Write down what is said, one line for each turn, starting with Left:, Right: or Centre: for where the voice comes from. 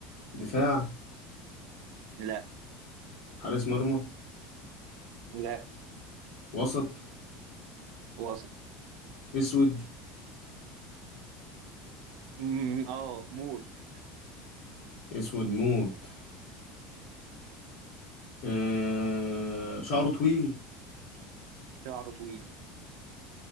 Left: دفاع
Right: لا
Left: حارس مرمى
Right: لا
Left: وسط
Right: وسط
Left: اسود
Right: مم، أه موت
Left: اسود موت آه، شعره طويل
Right: شعره طويل